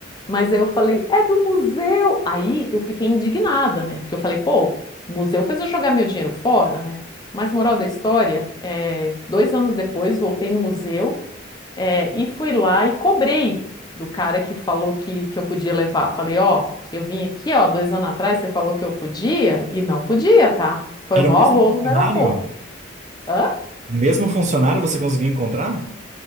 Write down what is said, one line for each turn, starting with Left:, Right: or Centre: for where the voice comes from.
Left: Mas aí eu falei, é do museu. Aí eu fiquei indignada, né? Porque eu falei, pô, o museu fez eu jogar meu dinheiro fora, né? Mas moral da história, é, dois anos depois voltei no museu, é, e fui lá e cobrei do cara que falou que, que eu podia levar. Falei, ó, eu vim aqui, ó, dois anos atrás, você falou que eu podia e não podia, tá? Foi
Right: era
Left: o maior
Right: o mesmo
Left: rolo
Right: funcionário?
Left: no aeroporto. Hã?
Right: O mesmo funcionário você conseguiu encontrar?